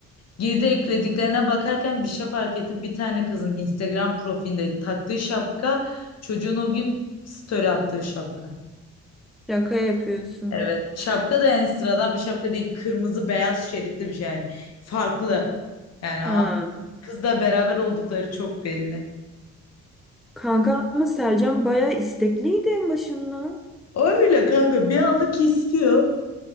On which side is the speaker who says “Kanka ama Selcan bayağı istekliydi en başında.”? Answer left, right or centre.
Centre